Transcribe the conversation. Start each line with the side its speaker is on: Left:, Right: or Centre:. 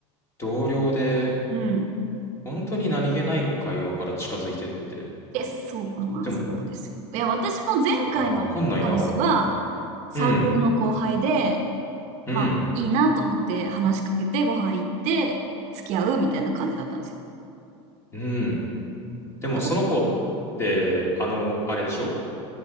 Left: 同僚で、
Right: うん。
Left: 本当に何気ない会話から近づいてって。
Right: え、そうか、まあそうですよ。
Left: でも、
Right: いや、私も前回の彼氏は、
Left: でもわかんないな。
Right: サークルの後輩で、
Left: うん、うん、
Right: まあいいなと思って話しかけてご飯行って付き合うみたいな感じだったんですよ。
Left: うん。でもその子って、
Right: だ
Left: あの、あれでしょ